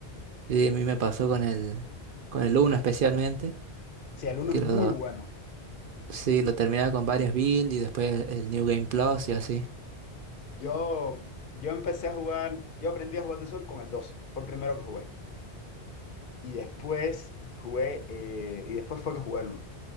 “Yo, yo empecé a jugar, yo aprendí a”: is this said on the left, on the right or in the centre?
Left